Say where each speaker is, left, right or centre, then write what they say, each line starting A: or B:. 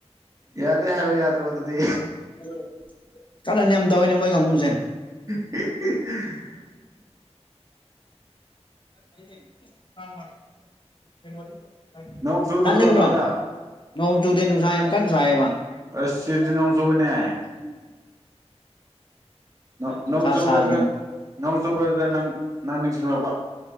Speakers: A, on the right; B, on the left.
A: ꯌꯥꯗꯦ ꯍꯥꯏꯈ‌ꯣ ꯌꯥꯗ꯭ꯔ‌ꯣ ꯑꯗꯨꯗꯤ
B: <unintelligible> ꯀꯥꯔꯟ ꯌꯥꯝ ꯇꯧꯋꯤꯅꯦ ꯃꯣꯏ ꯀꯥꯡꯕꯨꯁꯦ
A: <inaudible>
B: <unintelligible>
A: ꯅꯣꯡ ꯆꯨꯗꯕ꯭ꯔꯣ
B: ꯆꯥꯅꯤꯡꯕ꯭ꯔꯣ
A: ꯅꯣꯏꯗ
B: ꯅꯣꯡ ꯆꯨꯗꯦ ꯅꯨꯡꯁꯥ ꯌꯥꯝ ꯀꯟꯅ ꯁꯥꯏꯌꯦꯕ <unintelligible>
A: ꯑꯁ ꯁꯤꯗꯤ ꯅꯣꯡ ꯆꯨꯕꯅꯦ ꯅꯣꯡ
B: ꯅꯨꯡꯁꯥ
A: ꯅ‌ꯣꯡ ꯆꯨꯕꯗꯨꯗ
B: ꯁꯥꯔꯤꯌꯦ
A: ꯅꯣꯡ ꯆꯨꯕꯗꯨꯗ ꯅꯪ ꯅꯪ ꯅꯤꯡꯁꯤꯡꯂꯛꯄ